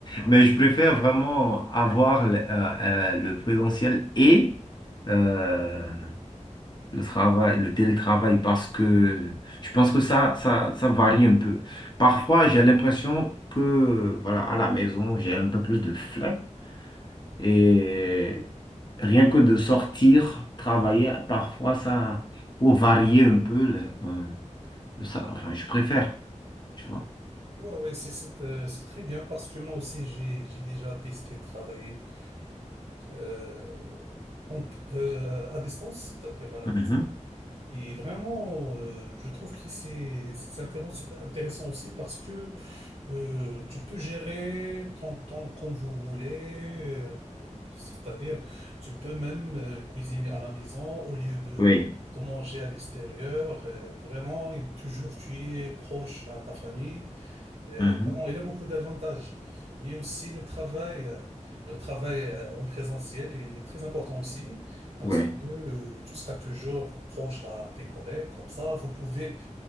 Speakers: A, on the left; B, on the right.
A: mais je préfère vraiment avoir le, euh, euh, le présentiel et euh, le travail, le télétravail, parce que je pense que ça, ça, ça varie un peu. Parfois, j'ai l'impression que, voilà, à la maison, j'ai un peu plus de flemme et rien que de sortir, travailler, parfois, ça, pour varier un peu, le- euh, le sa- enfin, je préfère, tu vois.
B: Ouais, ouais, c'est c'est, euh, c'est très bien parce que moi aussi j'ai j'ai déjà testé travailler euh, en- euh, à distance, c'est-à-dire à la
A: Mhm.
B: maison. Et vraiment, euh, je trouve que c'est c'est intéressant, intéressant aussi parce que euh, tu peux gérer ton temps comme vous voulez, euh, c'est-à-dire tu peux même euh, cuisiner à la maison au lieu de
A: Oui.
B: de manger à l'extérieur. Euh, vraiment, et toujours tu es proche à ta famille. Euh,
A: Mhm.
B: vraiment, il a beaucoup d'avantages, mais aussi le travail, euh, le travail euh, en présentiel il est très important aussi parce
A: Ouais.
B: que euh, tu seras toujours proche à tes collègues, comme ça vous pouvez